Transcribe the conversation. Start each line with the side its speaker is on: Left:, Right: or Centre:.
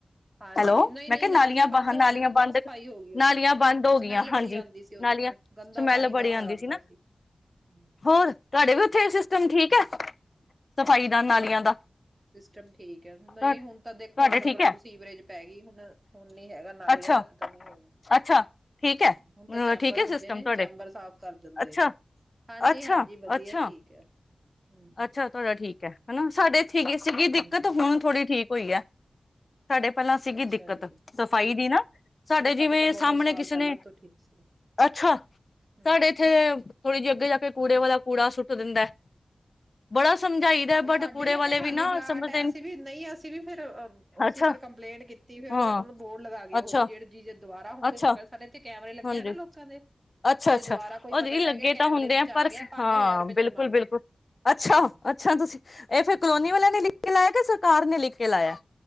Right: ਹਾਂਜੀ
Left: ਹੈਲੋ,
Right: ਨਹੀਂ
Left: ਮੈਂ
Right: ਨਹੀਂ
Left: ਕਿਹਾ ਨਾਲੀਆਂ ਬ
Right: ਬੰਦ ਹੋ
Left: ਨਾਲੀਆਂ
Right: ਗਈਆਂ ਤਾਂ
Left: ਬੰਦ
Right: ਬਹੁਤ ਸਫਾਈ ਹੋ ਗਈ ਉਹ
Left: ਨਾਲੀਆਂ
Right: ਤਾਂ
Left: ਬੰਦ ਹੋ
Right: ਸਮੈਲ
Left: ਗਈਆਂ, ਹਾਂਜੀ
Right: ਬੜੀ ਆਉਂਦੀ ਸੀ ਉਹਦੇ
Left: ਨਾਲੀਆਂ
Right: ਨਾਲ ਗੰਦਾ
Left: ਸਮੈਲ
Right: ਪਾਣੀ ਬਾਹਰ
Left: ਬੜੀ ਆਦੀ
Right: ਆਉਂਦਾ
Left: ਸੀ, ਨਾ
Right: ਹੂੰ
Left: ਹੋਰ ਤੁਹਾਡੇ ਵੀ ਉੱਥੇ ਐਸੀ ਸਿਸਟਮ ਤੁਮ ਠੀਕ ਆ। ਸਫ਼ਾਈ ਦਾ ਨਾਲੀਆਂ ਦਾ,
Right: ਟਮ ਠੀਕ ਹੈ ਨਹੀਂ
Left: ਤੁਹਾਡੇ
Right: ਹੁਣ ਤਾਂ ਦੇਖੋ, ਅੰਡਰਗਰਾਉਂਡ
Left: ਠੀਕ ਹੈ
Right: ਸੀਵਰੇਜ ਪੈ ਗਈ ਹੁਣ ਹੁਣ ਨੀ ਹੈਗਾ, ਨਾਲੀਆਂ
Left: ਅੱਛਾ
Right: ਤਾਂ ਖਤਮ ਹੀ ਹੋਈਆਂ
Left: ਅੱਛਾ ਠੀਕ ਹੈ
Right: ਹੁਣ ਤਾਂ ਚੈਂਬਰ
Left: ਠੀਕ ਹੈ
Right: ਹੁੰਦੇ
Left: ਸਿਸਟਮ
Right: ਨੇ
Left: ਤੁਹਾਡੇ
Right: ਚੈਂਬਰ ਸਾਫ ਕਰ ਦਿੰਦੇ
Left: ਅੱਛਾ
Right: ਆ, ਹਾਂਜੀ-ਹਾਂਜੀ,
Left: ਅੱਛਾ
Right: ਵਧੀਆ
Left: ਅੱਛਾ
Right: ਠੀਕ ਹੈ। ਹੂੰ
Left: ਅੱਛਾ ਤੁਹਾਡਾ ਠੀਕ, ਹਨਾ, ਸਾਡੇ ਠੀਕ ਸੀਗੀ
Right: ਹੂੰ
Left: ਦਿੱਕਤ ਹੁਣ ਥੋੜ੍ਹੀ ਠੀਕ ਹੋਈ ਹੈ। ਸਾਡੇ ਪਹਿਲਾਂ ਸੀਗੀ
Right: ਅੱਛਾ
Left: ਦਿੱਕਤ
Right: ਜੀ
Left: ਸਫ਼ਾਈ ਦੀ ਨਾ। ਸਾਡੇ
Right: ਨਹੀਂ
Left: ਜਿਵੇਂ
Right: ਤਾਂ
Left: ਸਾਹਮਣੇ
Right: ਬਹੁਤ ਸਾਲ
Left: ਕਿਸੇ
Right: ਪਹਿਲਾਂ
Left: ਨੇ
Right: ਤੋਂ ਠੀਕ ਸੀ।
Left: ਅੱਛਾ
Right: ਹੂੰ
Left: ਸਾਡੇ ਇੱਥੇ ਥੋੜ੍ਹੀ ਜਿਹੀ ਅੱਗੇ ਜਾ ਕੇ ਕੂੜੇ ਵਾਲਾ ਕੂੜਾ ਸੁੱਟ ਦਿੰਦਾ ਐ। ਬੜਾ ਸਮਝਾਈਦਾ
Right: ਉਹ
Left: ਬਟ
Right: ਸਾਡੇ
Left: ਕੂੜੇ
Right: ਵੀ ਇੱਥੇ
Left: ਵਾਲੇ
Right: ਖਾਲੀ
Left: ਨਾ
Right: ਪਲਾਟ
Left: ਸਮਝਦੇ
Right: ਹੈ
Left: ਨੀ
Right: ਅਸੀਂ ਵੀ ਨਹੀਂ ਅਸੀਂ ਵੀ ਫੇਰ
Left: ਅੱਛਾ
Right: ਕੰਪਲੇਂਟ ਕੀਤੀ ਫੇਰਨੂੰ
Left: ਹਾਂ
Right: ਬੋਰਡ ਲਗਾ ਗ
Left: ਅੱਛਾ
Right: ਉਹ ਵੀ ਜਿਹੜੇ ਜੀ ਦੁਬਾਰਾ ਹੁਣ
Left: ਅੱਛਾ
Right: ਕੋਈ ਪੜ ਸਾਡੇ ਇੱਥੇ। ਕੈਮਰੇ ਲੱਗੇ
Left: ਹਾਂਜੀ
Right: ਨਾ ਲੋਕਾਂ ਦੇ
Left: ਅੱਛਾ
Right: ਵੀ ਜੇ
Left: ਅੱਛਾ
Right: ਦੁਬਾਰਾ ਕੋਈ
Left: ਉਹ
Right: ਪਕੜਿਆ
Left: ਜੇ ਲੱਗੇ
Right: ਗਿਆ ਕੈਮਰੇ
Left: ਤਾਂ ਹੁੰਦੇ
Right: ਵਿੱਚ
Left: ਆ ਪਰ
Right: ਗਿਆ
Left: ਹਾਂ
Right: ਰੁਪਏ ਜੁਰਮਾਨਾ
Left: ਬਿਲਕੁਲ ਬਿਲਕੁਲ
Right: ਹੂੰ
Left: ਅੱਛਾ ਅੱਛਾ। ਇਹ ਫਿਰ ਕਲੋਨੀ
Right: ਹੂੰ
Left: ਵਾਲਿਆਂ ਨੇ ਲਿਖ ਕੇ ਲਾਇਆ ਸਭ ਸਾਰ ਨੇ ਲਿਖ ਕੇ ਲਾਇਆ।